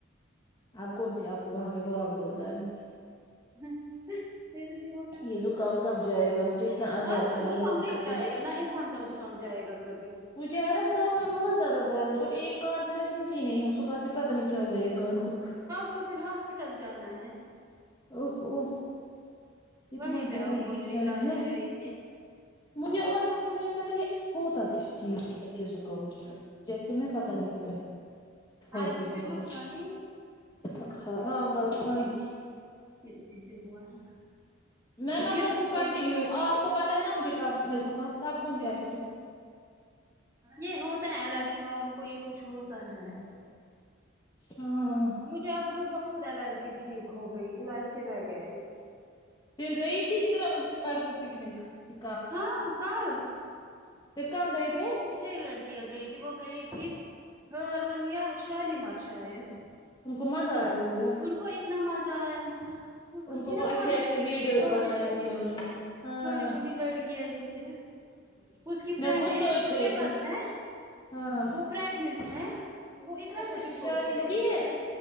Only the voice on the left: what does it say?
اب کونسی آپ کو وہاں پہ بھاگ دوڑ کرنی تھی
یہ زکام کب جائے گا مجھے اتنا عذاب
ہے اللہ
کی
قسم
مجھے ارا سر میں بہت زیادہ درد اور ایک کان سے میں سنتی ہی نہیں ہوں صبح سے پتا نہیں کیا ہوگیا یہ کان کو
اوہ اوہ اتنا
درد
ہے
سر
میں
مجھے اور سمجھ نہیں اتا یہ ہوتا کس چیز اس سے کا مجھ جیسے میں پتاہ نہیں کیا کھاتی
ہوں
نہ کھنا کل کھی
میں مگر
وہ
کنٹینیو آپ کو پتا ہے نا مجھے کب سے ہے زخم کب کون سے ای
ہاں
پھر گئی تھی ادھر آ پرسو پکنک <unintelligible>
پھر کہاں گئے تھے
ان کو مزہ آیا ہوگا
ان کو
وہ
اچھے اچھے ویڈیوز
بنائے
ہوں گے انہوں نے ہاں
میں
خود
سوچ
رہی
تھی
ہاں
اچھا
اس
کی شادی
ہوئی